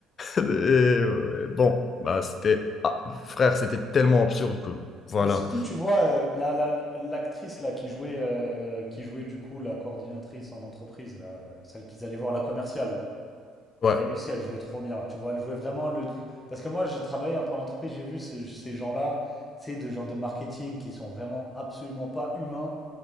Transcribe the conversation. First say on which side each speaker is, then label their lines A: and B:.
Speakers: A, on the left; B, on the left.
A: euh, bon, bah c'était ah, frère, c'était tellement absurde que voilà.
B: Mais surtout, tu vois, euh, la, la- l'actrice là qui jouait, euh, qui jouait du coup la coordinatrice en entreprise, là, euh, celle qu'ils allaient voir, la commerciale.
A: Ouais,
B: Elle aussi, elle jouait trop bien, tu vois, elle jouait vraiment le... le- Parce que moi, j'ai travaillé un peu en entreprise, j'ai vu ce- ces gens-là, tu sais, de gens de marketing qui sont vraiment absolument pas humains,